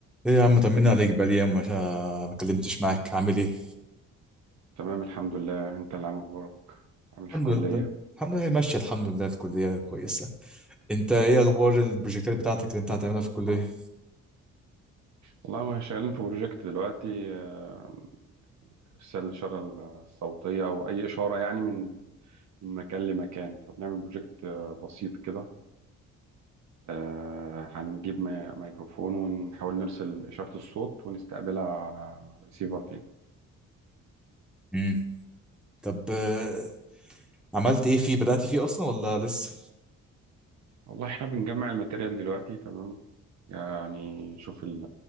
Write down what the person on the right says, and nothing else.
تمام الحمد لله انت اللي عامل اخبارك عامل
إيه في الكلية
والله ما شغالين في بروجكت دلوقتي آه، ارسال الاشارة الصوتية او اي اشارة يعني من من مكان لمكان فبنعمل بروجكت آه، بسيط كده آه، هنجيب مي- ميكروفون ونحاول نرسل اشارة الصوت ونستقبلها على ريسيفر تاني
والله احنا بنجمع الماتيريال دلوقتي تمام يعني شوف